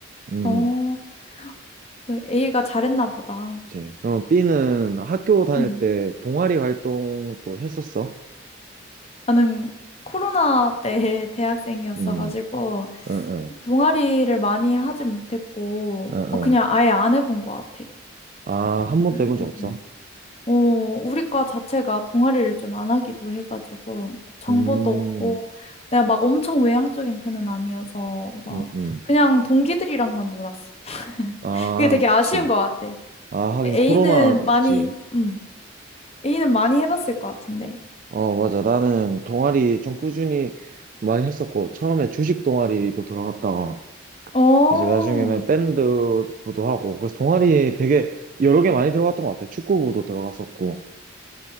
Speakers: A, on the right; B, on the left.
A: 음.
B: 어, 그 A가 잘했나 보다.
A: 그치. 그럼 B는 학교 다닐
B: 응.
A: 때 동아리 활동도 했었어?
B: 나는 코로나 때 <laughs> 대학생이었어가지고
A: 음, 응, 응,
B: 동아리를 많이 하진 못했고
A: 응,
B: 어, 그냥
A: 응.
B: 아예 안 해본 것 같아.
A: 아, 한 번도
B: 음.
A: 해본 적 없어?
B: 어, 우리 과 자체가 동아리를 좀 안 하기도 해가지고 정보도
A: 음,
B: 없고 내가 막 엄청 외향적인 편은 아니어서 막
A: 응, 응.
B: 그냥 동기들이랑만 놀았어. <laughs>
A: 아,
B: 그게 되게
A: 그치.
B: 아쉬운 것 같아.
A: 아, 하긴
B: A는
A: 코로나지.
B: 많이, 음, A는 많이 해봤을 것 같은데.
A: 어, 맞아. 나는 동아리 좀 꾸준히 많이 했었고, 처음에 주식 동아리도 들어갔다가,
B: 어, 어,
A: 이제 나중에는 밴드부도 하고, 그래서 동아리 되게 여러 개 많이 들어갔던 것 같아. 축구부도 들어갔었고.